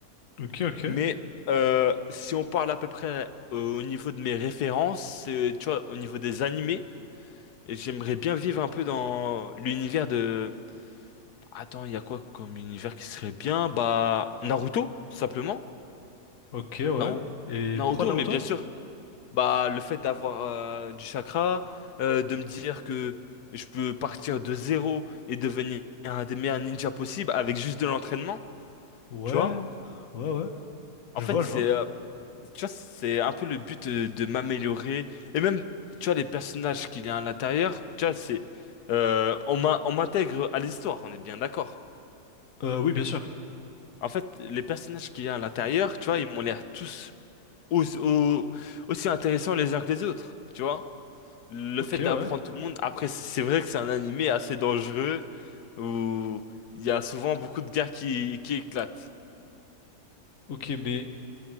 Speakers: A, on the left; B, on the left.
A: Ok, ok.
B: Mais euh, si on parle à peu près euh, au niveau de mes références, euh, tu vois, au niveau des animés, j'aimerais bien vivre un peu dans l'univers de... Attends, il y a quoi comme univers qui serait bien? Bah, Naruto, tout simplement.
A: Ok, ouais.
B: Naru-
A: Et
B: Naruto,
A: pourquoi Naruto?
B: mais bien sûr, bah, le fait d'avoir euh, du chakra, euh, de me dire que je peux partir de zéro et devenir un des meilleurs ninjas possibles avec juste de l'entraînement,
A: Ouais.
B: tu vois?
A: Ouais, ouais. Je
B: En fait,
A: vois,
B: c'est...
A: je vois.
B: euh, Tu vois, c'est un peu le but euh, de, m'améliorer. Et même, tu vois, les personnages qu'il y a à l'intérieur, tu vois, c'est... euh, on m'in- on m'intègre à l'histoire, on est bien d'accord.
A: Euh, oui, bien sûr.
B: En fait, les personnages qu'il y a à l'intérieur, tu vois, ils m'ont l'air tous aussi, au- aussi intéressants les uns que les autres, tu vois. Le
A: Ok,
B: fait d'apprendre
A: ouais.
B: tout le monde, après, c'est c'est vrai que c'est un animé assez dangereux, où il y a souvent beaucoup de guerres qui, qui éclatent.
A: Ok, mais